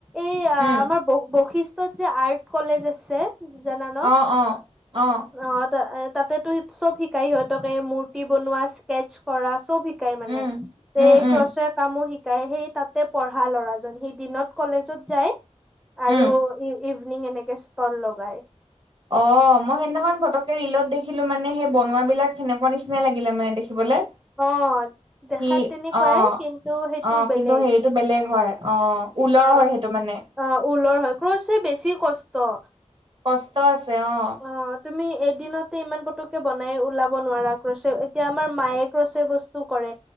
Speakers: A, in the centre; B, on the right (about 45°).
A: এই আ
B: উম
A: আমাৰ ব বশিষ্টত যে আৰ্ট কলেজ আছে জানা ন
B: অ, অ, অ।
A: অ তা তাতেতো চব শিকাই সিহঁতক এই মূৰ্তি বনোৱা, স্কেচ কৰা চব শি কাই মানে
B: উম
A: তে
B: উম
A: এই
B: উম
A: ক্ৰচৰ কামো শি তাই সেই তাতে পঢ়া ল'ৰাজন সেই দিনত কলেজত যায়।
B: উম
A: আৰু ই ইভিনিং এনেকে ষ্টল লগাই।
B: অ মই সেইদিনাখন পতকে ৰিলত দেখিলো মানে সেই বনোৱা বিলাক সেনেকুৱা নিচিনা লাগিলে মানে দেখিবলে।
A: অ দেখাত
B: সি
A: তেনেকুৱাই
B: অ,
A: কিন্তু সেইটো
B: অ
A: বেলেগ
B: কিন্তু হেৰিটো বেলেগ হয় অ। ওল
A: অ
B: হয় সেইটো মানে?
A: অ ঊলৰ হয় ক্ৰচে বেছি কষ্ট।
B: কষ্ট আছে অঁহ।
A: অ তুমি এদিনতে ইমান পটককে বনাই ওলাব নোৱাৰা ক্ৰচে এতিয়া আমাৰ মায়ে ক্ৰছে বস টো কৰে